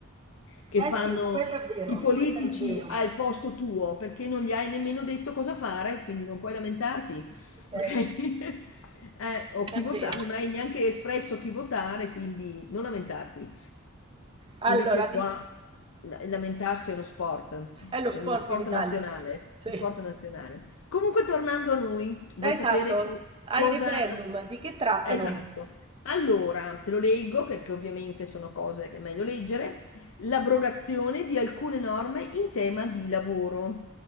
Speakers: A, on the left; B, on the right.
A: che
B: Eh
A: fanno
B: sì, quello è vero,
A: i politici
B: quello è vero.
A: al posto tuo perché non gli hai nemmeno detto cosa fare, quindi non puoi lamentarti,
B: Eh
A: ok?
B: sì,
A: <laughs> Eh, o
B: è
A: chi votare,
B: vero.
A: non hai neanche espresso chi votare, quindi non lamentarti.
B: Allora,
A: Invece
B: di-
A: qua la- lamentarsi è uno sport,
B: è lo
A: è
B: sport
A: uno sport
B: in Italia.
A: nazionale,
B: Sì.
A: sport nazionale. Comunque tornando a noi, vuoi sapere
B: Esatto.
A: co-
B: Ai
A: cosa...
B: referendum di che trattano?
A: Esatto. Allora, te lo leggo perché ovviamente sono cose che è meglio leggere. L'abrogazione di alcune norme in tema di lavoro.